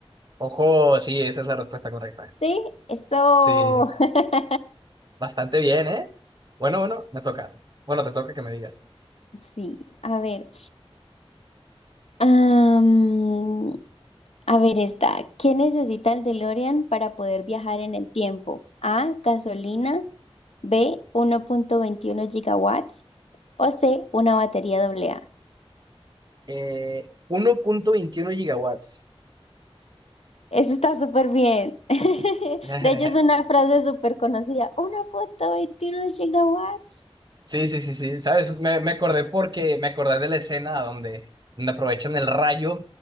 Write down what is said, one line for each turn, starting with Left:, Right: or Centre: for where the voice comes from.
Right: Ojo, sí, esa es la respuesta correcta.
Left: Sí, eso.
Right: Sí,
Left: <laughs>
Right: bastante bien, ¿eh? Bueno, bueno, me toca. Bueno, te toca que me digas.
Left: Sí, a ver. Am, a ver esta. ¿Qué necesita el DeLorean para poder viajar en el tiempo? A, gasolina, B, uno punto veintiuno gigawatts o C, una batería AA.
Right: Eh, 1.21 gigawatts.
Left: Eso está súper bien. <laughs>
Right: <laughs>
Left: De hecho, es una frase súper conocida. Una foto 21 gigawatts.
Right: Sí, sí, sí, sí, ¿sabes? Me, me acordé porque me acordé de la escena donde, donde aprovechan el rayo